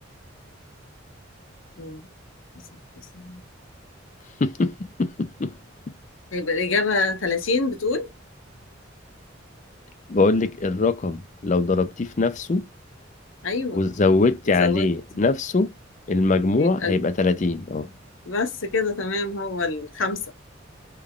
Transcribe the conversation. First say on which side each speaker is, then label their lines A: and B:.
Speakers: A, on the left; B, on the left.
A: مم. تسعة، تسعة.
B: <laughs>
A: هيبقى الإجابة 30 بتقول
B: بقول لك الرقم لو ضربتيه في نفسه
A: أيوه
B: وزودتي
A: وزودت
B: عليه نفسه المجموع
A: يبقى
B: هيبقى
A: ال-
B: 30 اه
A: بس كده تمام هو الخمسة